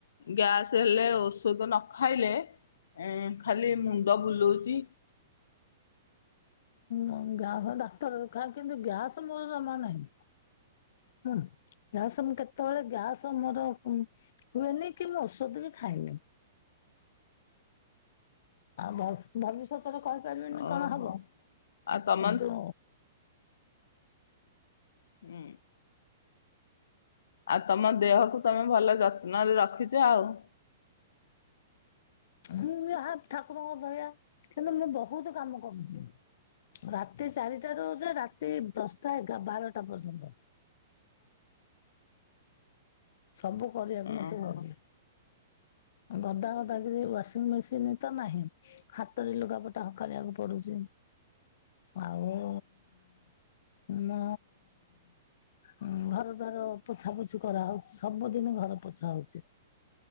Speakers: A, on the left; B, on the left.
A: ଗ୍ୟାସ୍ ହେଲେ ଔଷଧ ନ ଖାଇଲେ ଏ ଖାଲି ମୁଣ୍ଡ ବୁଲଉଛି।
B: ହଁ ଗ୍ୟାସ ଡାକ୍ତର ଦେଖା କିନ୍ତୁ ଗ୍ୟାସ ମୋର ଜମା ନାହିଁ। ହୁଁ ଗ୍ୟାସ କେତବେଳେ ଗ୍ୟାସ ମର ହୁଏନି କି ମୁଁ ଔଷଧ ବି ଖାଇନି। ଆଉ ଭବିଷ୍ୟତରେ କହିପାରିବିନି
A: ଓହୋ
B: କଣ ହବ
A: ଆଉ
B: କିନ୍ତୁ
A: ତମର ହୁଁ। ଆଉ ତମ ଦେହକୁ ତମେ ଭଲ ଯତ୍ନରେ ରଖିଛ ଆଉ।
B: ମୁଁ ଯାହା ଠାକୁରଙ୍କ ଦୟା କିନ୍ତୁ ମୁଁ ବହୁତ କାମ କରୁଛି। ରାତି ଚାରିଟା ରୁ ଯେ ରାତି ଦଶଟା ଏଗାରଟା ବାରଟା ପର୍ଯ୍ୟନ୍ତ। ସବୁ କରିବାକୁ ମତେ
A: ଓହୋ
B: ଭଲ ଗଦା ଗଦା କି ୱାସିଂ ମେସିନ୍ ତ ନାହିଁ ହାତରେ ଲୁଗାପଟା ହକାଳିବାକୁ ପଡୁଛି ଆଉ ନା ଘର ଦ୍ୱାର ପୋଛା ପୋଛି କରାହଉଛି। ସବୁଦିନ ଘରେ ପୋଛା ହଉଛି।